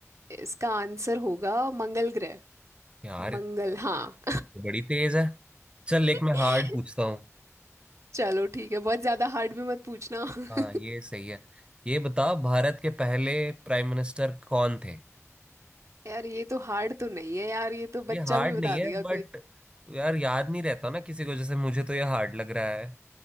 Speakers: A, on the right; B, on the right.
A: इसका आंसर होगा मंगल ग्रह
B: यार
A: मंगल हाँ
B: तो बड़ी तेज है चल एक
A: <laughs>
B: मैं हार्ड पूछता हूँ
A: चलो ठीक है बहुत ज्यादा हार्ड भी मत पूछना
B: हाँ
A: <laughs>
B: ये सही है ये बता भारत के पहले प्राइम मिनिस्टर कौन थे
A: यार ये तो हार्ड तो नहीं है यार ये तो
B: ये
A: बच्चा
B: हार्ड
A: भी बता
B: नहीं है
A: देगा
B: बट यार याद नहीं रहता ना किसी को जैसे मुझे तो ये हार्ड लग रहा है